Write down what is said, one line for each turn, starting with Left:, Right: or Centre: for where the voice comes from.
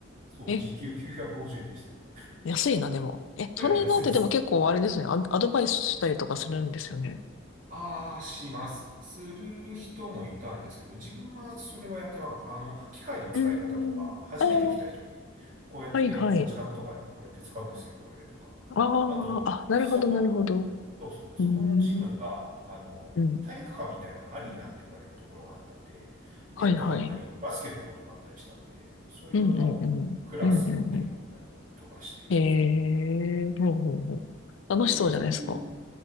Right: そう、
Left: え、
Right: 時給950円でしたね。
Left: 安いな、でも。え、トレーナーってでも結構あれですね。
Right: <laughs> 安いんですよ。
Left: ア、アドバイスしたりとかするんですよね。
Right: ああ、します。する人もいたんですけど、自分はそれはやってなかった。あの、機械の使い方とか、
Left: うーん。
Right: 初めて来た人に、
Left: あー
Right: こうやって、
Left: はいはい。
Right: おばちゃんとかに、こうやって使うんですよ、これ、とか。
Left: ああ、
Right: あと、
Left: あ、なるほど、
Right: そこの、
Left: なるほど。
Right: そうそう、そこのジムが、
Left: うーん。
Right: あの、
Left: うん。
Right: 体育館みたいなアリーナって呼ばれるところがあったんで、
Left: はいはい。
Right: ネット張ったり、バスケのコートがあったりしたんで、そういうののクラスを受け持ったりとかして、
Left: うんうんうん。うんうんうん。ええほうほうほう。楽しそうじゃないですか。
Right: っていう、